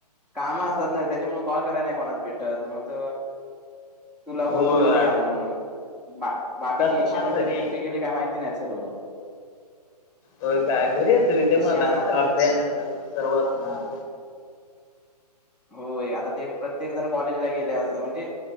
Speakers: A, in the centre; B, on the left.
A: काम असतात ना त्याच्यामु कॉल कराय नाही कोणात भेटत मग तुला
B: हो
A: बोललो
B: यार.
A: करूया म्हणून बा बाकीचे
B: तसं
A: इईशण
B: माझं
A: वगैरे
B: रे
A: कुठे गेले काही माहिती नाही सर्व.
B: हो काय घरी असेल त्यामुळेण
A: ईशान
B: आता कस अभ्यास सर्व असणार.
A: होय आता ते प्रत्येक जण कॉलेजला गेले अस म्हणजे